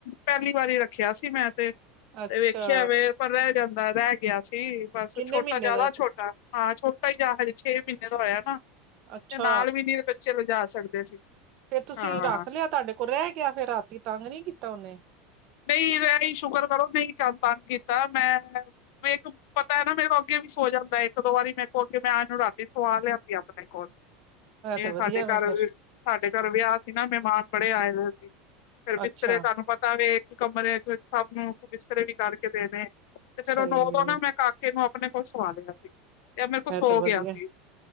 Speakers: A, on the left; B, on the right.
A: ਪਹਿਲੀ ਵਾਰੀ ਰੱਖਿਆ ਸੀ ਮੈਂ ਤੇ, ਤੇ
B: ਅੱਛਾ
A: ਵੇਖਿਆ ਫੇਰ ਪਰ ਰਹਿ ਜਾਂਦਾ ਰਹਿ ਗਿਆ ਸੀ। ਬਸ
B: ਕਿੰਨੇ
A: ਛੋਟਾ
B: ਮਹੀਨੇ
A: ਜਿਆਦਾ
B: ਦਾ
A: ਛੋਟਾ ਹਾਂ ਛੋਟਾ ਈ ਆ ਹਜੇ ਛੇ ਮਹੀਨਿਆਂ ਦਾ ਹੋਇਆ ਨਾ।
B: ਅੱਛਾ
A: ਤੇ ਨਾਲ ਵੀ ਨਹੀਂ ਬੱਚੇ ਲਿਜਾ ਸਕਦੇ ਸੀ।
B: ਫਿਰ ਤੁਸੀਂ
A: ਹਾਂ
B: ਰੱਖ ਲਿਆ, ਤੁਹਾਡੇ ਕੋਲ ਰਹਿ ਗਿਆ, ਫਿਰ ਰਾਤੀ ਤੰਗ ਨਹੀਂ ਕੀਤਾ ਉਹਨੇ।
A: ਨਹੀਂ ਇਹ ਹੀ ਸ਼ੁਕਰ ਕਰੋ ਨਹੀਂ ਤੰਗ ਕੀਤਾ ਮੈਂ ਮੈਨੂੰ ਪਤਾ ਹੈ ਨਾ ਮੇਰੇ ਅੱਗੇ ਵੀ ਸੋ ਜਾਂਦਾ ਐ। ਇੱਕ ਦੋ ਵਾਰੀ ਮੇ ਕੋਲ ਅੱਗੇ ਮੈਂ ਇਹਨੂੰ ਰਾਤੀ ਸਵਾ ਲਿਆ ਸੀ ਆਪਣੇ ਕੋਲ। ਇਹ
B: ਤਾਂ
A: ਸਾਡੇ
B: ਵਧੀਆ ਵੇ
A: ਘਰ
B: ਫੇਰ
A: ਸਾਡੇ ਘਰ ਵਿਆਹ ਸੀ ਨਾ ਮਹਿਮਾਨ ਬੜੇ ਆਏ ਹੋਏ ਸੀ, ਫਿਰ ਬਿਸਤਰੇ
B: ਅੱਛਾ
A: ਤੁਹਾਨੂੰ ਪਤਾ ਵੇਖ ਕਮਰੇ ਚ ਸਭ ਨੂੰ ਬਿਸਤਰੇ ਵੀ ਕਰਕੇ ਦੇਣੇ, ਤੇ ਫਿਰ
B: ਸਹੀ
A: ਉਹਨੂੰ ਉਦੋਂ
B: ਹੈ
A: ਨਾ ਮੈਂ ਕ ਕਾਕੇ ਨੂੰ ਆਪਣੇ ਕੋਲ ਸਵਾ ਲਿਆ ਸੀ ਤੇ ਮੇਰੇ ਕੋਲ ਸੋ
B: ਇਹ ਤੇ ਵਧੀਆ
A: ਗਿਆ ਸੀ।